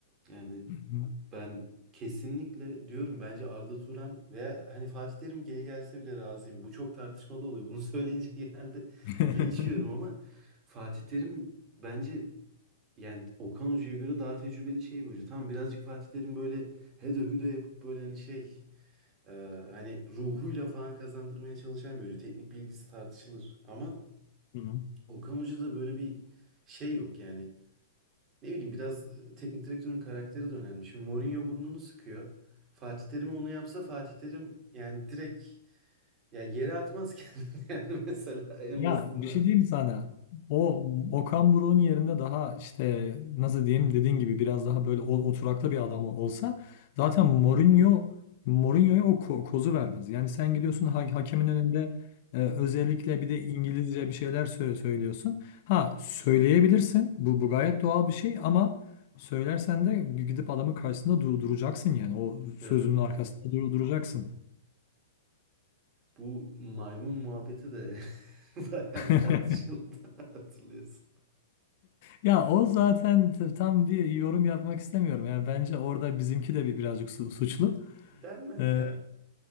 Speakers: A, on the right; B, on the left.
A: Yani
B: Hı hı.
A: ben kesinlikle diyorum bence Arda Turan veya hani Fatih Terim geri gelse bile razıyım. Bu çok tartışmalı oluyor. Bunu söyleyince <laughs> genelde
B: <laughs>
A: linç yiyorum ama Fatih Terim bence Yani Okan Hoca'ya göre daha tecrübeli şey bir hoca. Tamam birazcık Fatih Terim böyle hede hüde yapıp böyle hani şey e, hani ruhuyla falan kazandırmaya çalışan bir hoca. Teknik bilgisi tartışılır. Ama
B: Hı hı.
A: Okan Hoca'da böyle bir şey yok yani. Ne bileyim biraz e, teknik direktörün karakteri de önemli. Şimdi Mourinho burnunu sıkıyor. Fatih Terim onu yapsa Fatih Terim yani direkt ya yere atmaz kendini <laughs> yani mesela en
B: Ya
A: basitinden.
B: bir şey diyeyim sana. O Okan Buruk'un yerinde daha işte nasıl diyeyim dediğin gibi biraz daha böyle o- oturaklı bir adam olsa zaten Mourinho Mourinho'ya o ko- kozu vermez. Yani sen gidiyorsun ha- hakemin önünde e, özellikle bir de İngilizce bir şeyler sö- söylüyorsun. Ha söyleyebilirsin. Bu bu gayet doğal bir şey ama söylersen de gidip adamın karşısında dur- duracaksın yani. O sözünün
A: Evet.
B: arkasında dur- duracaksın.
A: Bu maymun muhabbeti de <laughs> bayağı
B: <laughs>
A: tartışıldı <laughs> hatırlıyorsun.
B: Ya o zaten t- tam bir yorum yapmak istemiyorum. Yani bence orada bizimki de bir birazcık su- suçlu.
A: Denmez
B: Ee,
A: ya.